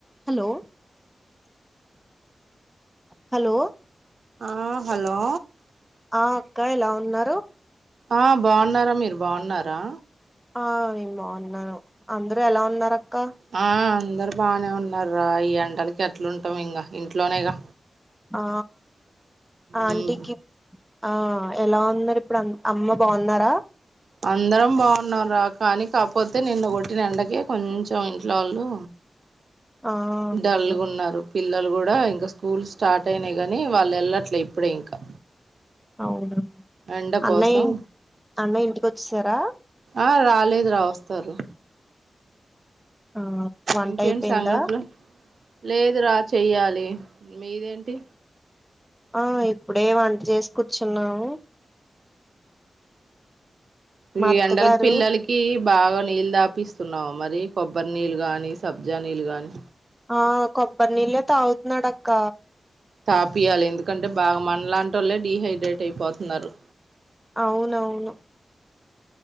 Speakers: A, in the centre; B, on the right.
A: హలో హలో
B: ఆ హలో
A: ఆ అక్క ఎలా ఉన్నారు
B: ఆ బాన్నారా మీరు బాన్నారా
A: ఆ నేను బాన్నాను అందరూ ఎలా ఉన్నారు అక్క
B: ఆ అందరు బానే ఉన్నారు రా ఈ ఎండలుకి ఎట్లు ఉంటాము ఇంకా ఇంట్లోనేగా
A: ఆ ఆంటికి
B: మ్
A: ఆ ఎలా ఉన్నారు ఇప్పుడు అంత్ అమ్మ బాన్నారా
B: అందరం బాన్నాం రా కానీ కాకపోతే నిన్న కొట్టిన ఎండకే కొంచెం ఇంట్లో వాళ్ళు
A: ఆ అవును
B: డల్లుగున్నారు పిల్లలు కూడా ఇంకా స్కూల్ స్టార్ట్ అయినాయి గానీ వాళ్ళు ఏళ్ళట్లే ఇప్పుడే ఇంకా
A: అవున
B: ఎండ
A: అన్నయ్
B: కోసం
A: అన్నయ్య ఇంటికి వచ్చిస్తారా
B: ఆ రాలేదు రా వస్తారు
A: ఆ వంట
B: ఇంకేంటి
A: అయిపోయిందా
B: సంగతులు లేదు రా చెయ్యాలి మీదేంటి
A: ఆ ఇప్పుడే వంట చేసు కూర్చున్నాము
B: ఉ
A: మా
B: ఈ
A: అత్తగారు
B: ఎండలు పిల్లలకి కి బాగా నీళ్ళు దాపిస్తున్నావు మరి కొబ్బరి నీళ్ళు గాని సబ్జా నీళ్ళు గాని
A: ఆ కొబ్బరి నీళ్ళే తాగుతున్నాడు అక్క
B: తాపియాలి ఎందుకంటే బాగా మన లాంటి ఓళ్ళే డిీహైడ్రేట్ అయిపోతున్నారు
A: అవునవును